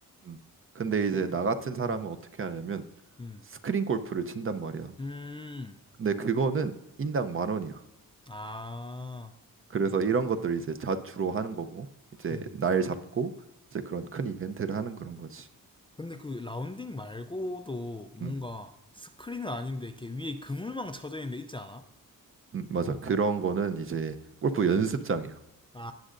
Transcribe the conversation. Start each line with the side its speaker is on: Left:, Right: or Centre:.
Right: 음. 근데 이제 나 같은 사람은
Left: 음,
Right: 어떻게 하냐면
Left: 음,
Right: 스크린 골프를 친단 말이야.
Left: 음,
Right: 근데 그거는 인당 만 원이야.
Left: 아,
Right: 그래서 이런 것들 이제 자주로 하는 거고 이제
Left: 음.
Right: 날 잡고 이제 그런 큰 이벤트를 하는 그런 거지.
Left: 근데 그 라운딩 말고도 뭔가
Right: 음,
Left: 스크린은 아닌데 이렇게 위에 그물망 쳐져 있는 데 있지 않아?
Right: 음, 맞아. 그런 거는 이제 골프 연습장이야.
Left: 아,